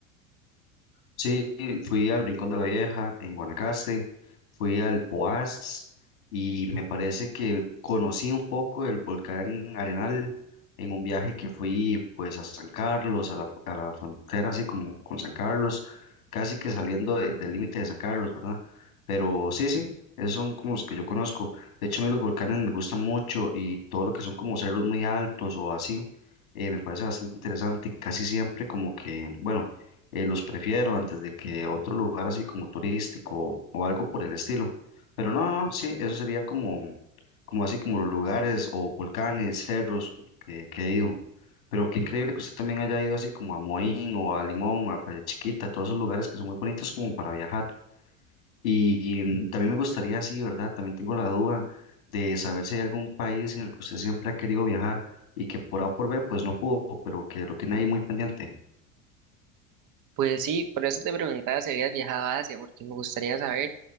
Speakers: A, on the left; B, on the right.
A: Sí, fui al Rincón de la Vieja en Guanacaste, fui al Poás y me parece que conocí un poco el volcán Arenal en un viaje que fui pues a San Carlos, a la, a la frontera así como con San Carlos, casi que saliendo de- del límite de San Carlos, ¿verdad? Pero sí, sí, esos son como los que yo conozco. De hecho, a mí los volcanes me gustan mucho y todo lo que son como cerros muy altos o así, eh, me parece bastante interesante, casi siempre como que, bueno eh, los prefiero antes de que otro lugar así como turístico o algo por el estilo. Pero no, no, no, sí, eso sería como, como así como los lugares o volcanes, cerros que, que he ido. Pero qué increíble que usted también haya ido así como a Moín o a Limón, a Playa Chiquita, todos esos lugares que son muy bonitos como para viajar. Y, mm, también me gustaría, así, ¿verdad? También tengo la duda de saber si hay algún país en el que usted siempre ha querido viajar y que por A o por B pues no pudo, pero que lo tiene ahí muy pendiente.
B: Pues sí, por eso te preguntaba si habías viajado a Asia, porque me gustaría saber,